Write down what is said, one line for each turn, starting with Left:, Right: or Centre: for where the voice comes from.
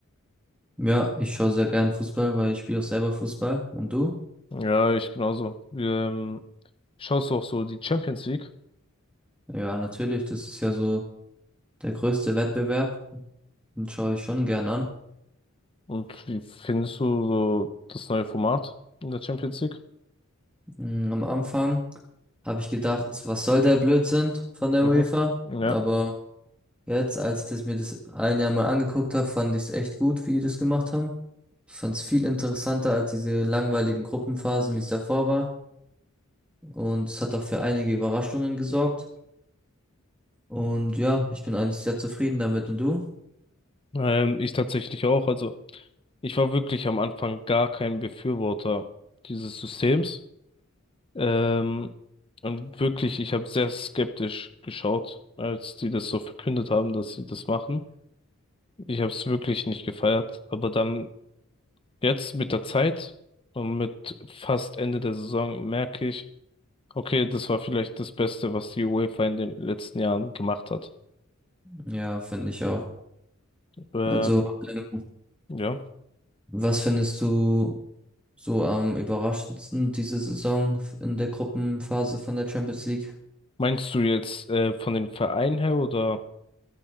Centre: Ja, ich schaue sehr gern Fußball, weil ich spiele auch selber Fußball. Und du?
Left: Ja, ich genauso. Ähm, schaust du auch so die Champions League?
Centre: Ja, natürlich, das ist ja so der größte Wettbewerb. Den schaue ich schon gern an.
Left: Und wie findest du so das neue Format in der Champions League?
Centre: Mm, Am Anfang habe ich gedacht, was soll der Blödsinn von der
Left: Mhm.
Centre: UEFA?
Left: Ja,
Centre: Aber jetzt, als ich das mir das ein Jahr mal angeguckt habe, fand ich es echt gut, wie die das gemacht haben. Ich fand es viel interessanter als diese langweiligen Gruppenphasen, wie es davor war. Und es hat auch für einige Überraschungen gesorgt. Und ja, ich bin eigentlich sehr zufrieden damit. Und du?
Left: ähm, ich tatsächlich auch. Also ich war wirklich am Anfang gar kein Befürworter dieses Systems. Ähm, und wirklich, ich habe sehr skeptisch geschaut, als die das so verkündet haben, dass sie das machen. Ich habe es wirklich nicht gefeiert, aber dann Jetzt mit der Zeit und mit fast Ende der Saison merke ich, okay, das war vielleicht das Beste, was die UEFA in den letzten Jahren gemacht hat.
Centre: Ja, finde ich auch.
Left: Ähm,
Centre: Also, ähm,
Left: ja.
Centre: was findest du so am überraschendsten diese Saison f- in der Gruppenphase von der Champions League?
Left: Meinst du jetzt äh, von den Vereinen her oder?